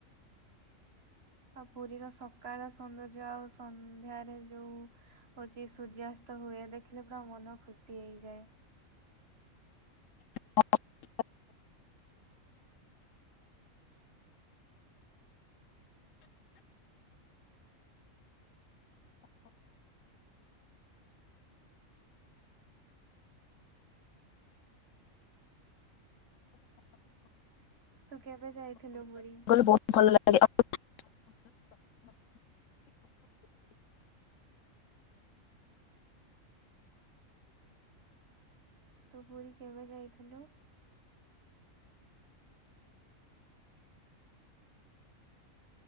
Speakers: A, on the right; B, on the left.
A: ଆଉ ପୁରୀର ସକାଳ ସୌନ୍ଦର୍ଯ୍ୟ ଆଉ ସନ୍ଧ୍ୟାରେ ଯୋଉ ହୋଉଛି ସୂର୍ଯ୍ୟାସ୍ତ ହୁଏ ଦେଖିଲେ ପୁରା ମନ ଖୁସି ହେଇଯାଏ।
B: <unintelligible>
A: ତୁ କେବେ ଯାଇଥିଲୁ ପୁରୀ।
B: ଗଲେ ଭଲ ଲାଗେ ଆଉ <unintelligible>
A: ତୁ ପୁରୀ କେବେ ଯାଇଥିଲୁ।